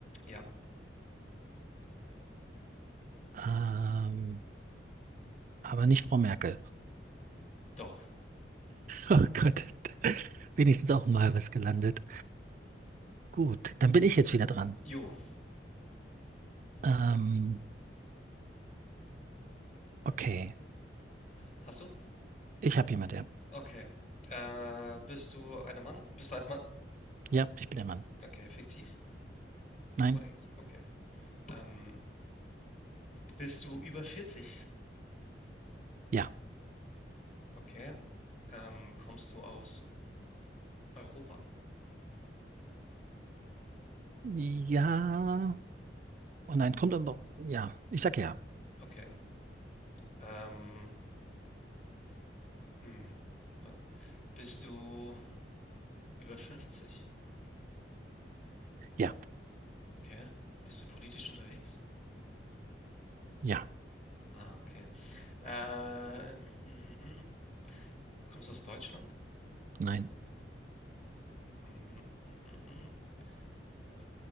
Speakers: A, on the left; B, on the right.
A: ja,
B: Ähm, aber nicht Frau Merkel. <laughs>
A: doch.
B: Oh Gott, wenigstens auch mal was gelandet. Gut, dann bin ich jetzt wieder dran.
A: Jo,
B: Ähm, okay,
A: hast du?
B: ich habe jemand, ja.
A: Okay. Äh, bist du ein Mann? Bist du ein Mann?
B: Ja, ich bin der Mann.
A: Okay, fiktiv?
B: Nein,
A: Oder ex- okay. Ähm, bist du über 40?
B: ja.
A: Okay. Ähm, kommst du aus Europa?
B: Ja. Oh nein, kommt aber. Ja, ich sag ja.
A: Okay. Ähm, hm. Wa- Bist du über 50?
B: Ja,
A: Okay. Bist du politisch unterwegs?
B: ja,
A: Ah, okay. Äh, mhm, mhm. kommst du aus Deutschland?
B: nein,
A: Mm, mm, mm, mm. Aber